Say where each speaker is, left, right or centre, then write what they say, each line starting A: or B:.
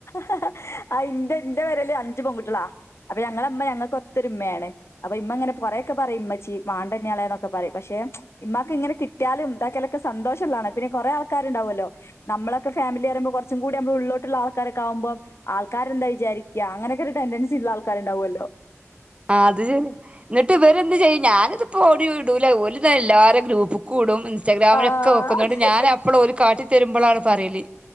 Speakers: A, on the left; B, on the right.
A: ഹ് ഹ ആ ഇന്റെ ന്റെ പെരേല് അഞ്ച് പെൺകുട്ടികളാ. അപ്പൊ ഞങ്ങളമ്മ ഞങ്ങൾക്ക് ഒത്തൊരുമ്മയാണ് അപ്പൊ ഇമ്മ അങ്ങനെ കൊറെയൊക്കെ പറയും ഉമ്മച്ചി മാണ്ടായിനിയയാളെ എന്നൊക്ക പറയും പക്ഷെ എ ഇമ്മാക്ക് ഇങ്ങനെ കിട്ടിയാലും സക്കാലൊക്കെ സന്തോഷം ഉള്ളതാണ്. പിന്നെ കുറേ ആൾക്കാരുണ്ടാവുവല്ലോ നമ്മളെക്കെ ഫാമിലി <unintelligible> കൊറച്ചുകൂടി നമ്മ ഉള്ളിലോട്ട് ഉള്ള ആൾക്കാരൊക്കെയാവുമ്പോ ആൾക്കാര് എന്താ വിചാരിക്ക്യ, അങ്ങനെയൊക്കെ ഒരു ടെൻഡൻസി ഇള്ള ആൾക്കാര് ഇണ്ടാവുവല്ലോ.
B: ആ അത് ശരിയ, എന്നിട്ട് ഇവരെന്ത് ചെയ്യും ഞാനിത്പ്പോ ഓടി ഓര് എല്ലാരേം ഗ്രൂപ്പിക്ക് കൂടും. ഇൻസ്റ്റാഗ്രാമിലൊക്കെ
A: ആഹ്
B: വെക്കും. എന്നിട്ട് ഞാനപ്പളും ഒരു കാട്ടി തരുമ്പളാണ് പറയല്.